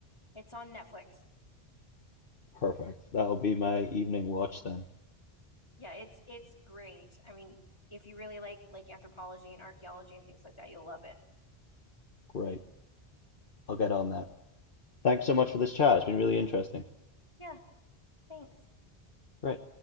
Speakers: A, on the left; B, on the left.
A: it's on Netflix.
B: Perfect. That'll be my evening watch then.
A: Yeah, it's it's great. I mean, if you really like like anthropology and archaeology and things like that, you'll love it.
B: Great. I'll get on that. Thanks so much for this chat. It's been really interesting.
A: Yeah, thanks.
B: Great.